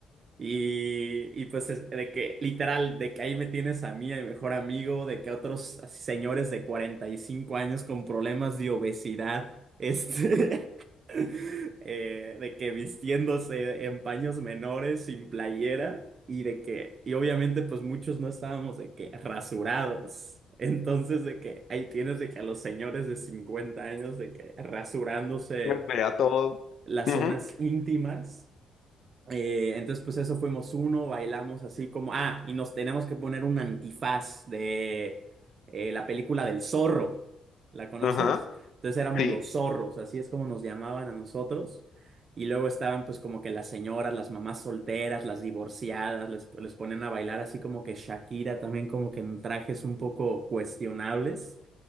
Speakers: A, on the right; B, on the left.
A: Y, y pues es- de que literal, de que ahí me tienes a mí, a mi mejor amigo, de que otros así señores de 45 años con problemas de obesidad, <laughs> este, <laughs> eh, de que vistiéndose en paños menores, sin playera, y de que, y obviamente pues muchos no estábamos de que rasurados. Entonces de que ahí tienes de que a los señores de 50 años de que rasurándose
B: vea todo.
A: las
B: Ujú,
A: zonas íntimas eh, entonces, pues eso fuimos uno, bailamos así como, ah, y nos tenemos que poner un antifaz de eh, la película del zorro, ¿la conoces?
B: Ajá,
A: Entonces éramos
B: sí.
A: los zorros, así es como nos llamaban a nosotros. Y luego estaban pues como que las señoras, las mamás solteras, las divorciadas, les, les ponían a bailar así como que Shakira también como que en trajes un poco cuestionables.